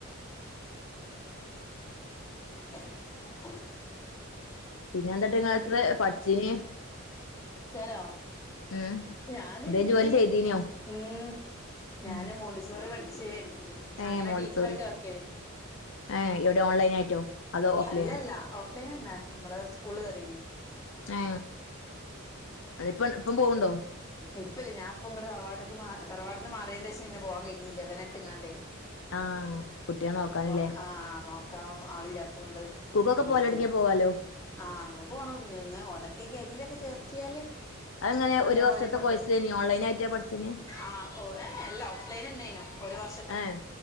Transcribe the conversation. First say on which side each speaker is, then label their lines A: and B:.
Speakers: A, on the left (about 15°); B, on the left (about 65°).
A: <unintelligible>
B: പിന്ന എന്തട്ട്
A: ഉം
B: ഇങ്ങള് ത്രെ പഠിച്ചിനി
A: തേലോ
B: ഉം
A: ഞാന്
B: എന്തേ
A: ഡിഗ്രി
B: ജോലി ചെയ്തീനോ
A: ഉം ഞാന്
B: ഉം
A: മോണ്ടിസോറി പട്ച്ച്
B: ഏഹ്
A: അങ്ങനെ
B: മോണ്ടിസോറി
A: ടീച്ചറായിട്ട് വർക്ക് ചെയ്തിന്
B: ഏഹ് എവിടെ ഓൺലൈൻ ആയിട്ടോ അതോ ഓഫ്
A: അല്ലല്ല
B: ലൈനോ
A: ഓഫ്‌ലൈനന്നെ നമ്മള സ്കൂള് കേറീനി
B: ഏ അതിപ്പൊൻ ഇപ്പം പോവുണ്ടോ?
A: ഇപ്പല്ല ഞാൻ ഇപ്പ ഇങ്ങട്ട് തറവാട്ട്ക്ക് മാ തറവാട് ന്ന് മാറിയേണ്ടശം ന്ന പോവാൻ കഴിഞ്ഞില്ല ഇവനെട്ട്ങ്ങാണ്ടേ
B: ആഹ് കുട്ടിയെ നോക്കാന്ല്ലേ
A: അപ്പൊ ആഹ് നോക്കാൻ ആളില്ലാത്തൊണ്ട്
B: സ്കൂൾക്കൊക്കെ
A: ഞാൻ
B: പോവലൊടങ്ങിയാ
A: പോയിട്ടില്ല
B: പോവാലോ
A: ആ അങ്ങനെ പോണം ഞ്ഞി ങ്ങെ ഓനെക്കെ കെ ജി ലൊക്കെ ചേർത്തിയാല്
B: അതങ്ങനെ
A: ഓനെ
B: ഒരു വർഷത്തെ
A: ഓനെ കൊണ്ടുപോ
B: കോഴ്സേയ്നി ഓൺലൈനായിട്ടാ പഠിചീനി
A: ആഹ് ഓ ഏഎ എല്ലാ ഓഫ്‌ലൈനെന്നേയ്ന്നു ഒരു വർഷത്തെ
B: ഏഹ്